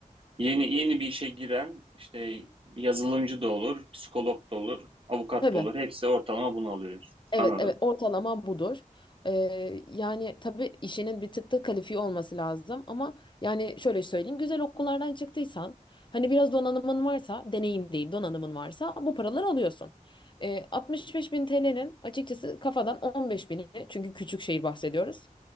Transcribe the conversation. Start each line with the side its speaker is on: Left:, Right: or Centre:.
Right: Yeni yeni bir işe giren işte yazılımcı da olur, psikolog da olur, avukat
Left: Tabii.
Right: da olur. Hepsi ortalama bunu alıyoruz.
Left: Evet,
Right: Anladım.
Left: evet ortalama budur. Ee, yani tabii işinin bir tık da kalifiye olması lazım ama yani şöyle söyleyeyim güzel okullardan çıktıysan hani biraz donanımın varsa deneyim değil donanımın varsa bu paraları alıyorsun. Ee, 65 bin TL'nin açıkçası kafadan 15 bini çünkü küçük şehir bahsediyoruz